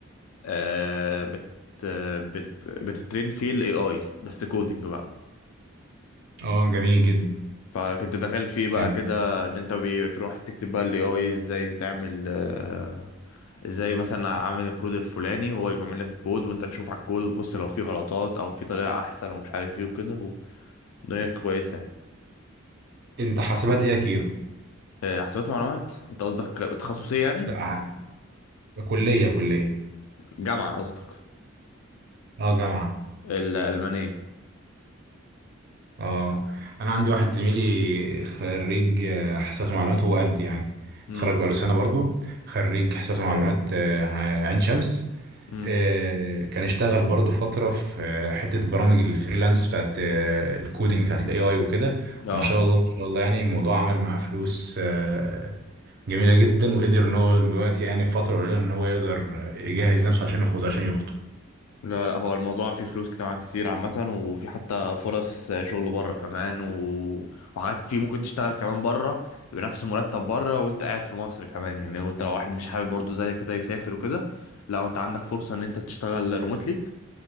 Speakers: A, on the left; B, on the right.
A: آه، بت آه، بت بتترين فيه الاي اي بس كودينج بقى
B: اه جميل جدا
A: فكنت داخل فيه بقى
B: جميل
A: كده ان انت بتروح تكتب بقى الاي اي ازاي تعمل آه، ازاي مثلا اعمل الكود الفلاني هو يعمل لك الكود وانت تشوف على الكود وتبص لو في غلطات او في طريقة احسن ومش عارف ايه وكده الدنيا كويسة يعني
B: انت حاسبات ايه يا كيرو؟
A: آه، حسابات ومعلومات انت قصدك تخصصية يعني
B: لا، كليه كليه
A: جامعة قصدك
B: اه جامعه
A: الألمانية
B: اه انا عندي واحد زميلي خريج آه، حاسبات ومعلومات هو قد يعني
A: امم
B: اتخرج بقاله سنه برضه خريج حاسبات ومعلومات آه، عين شمس
A: امم
B: آه، كان اشتغل برضه فتره في آه، حته برامج الفريلانس بتاعت آه، الكودينج بتاعت الاي اي وكده
A: اه
B: وما شاء الله ما شاء الله يعني الموضوع عمل معاه فلوس آه، جميله جدا وقدر ان هو دلوقتي يعني في فتره قليله ان هو يقدر آه، يجهز نفسه عشان يخوض عشان يخطب
A: لا لا هو الموضوع فيه فلوس جامعة كتير عامة وفي حتى فرص شغل بره كمان و... وحاجات فيه ممكن تشتغل كمان بره بنفس مرتب بره وانت قاعد في مصر كمان يعني وانت لو واحد مش حابب برضو زيك كده يسافر وكده لا انت عندك فرصة ان انت تشتغل ريموتلي